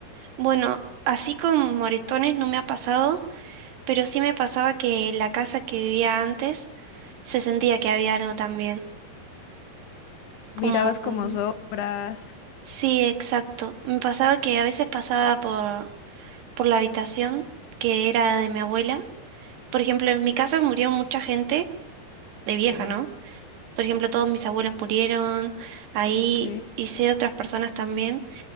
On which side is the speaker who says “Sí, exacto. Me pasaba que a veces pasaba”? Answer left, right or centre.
Right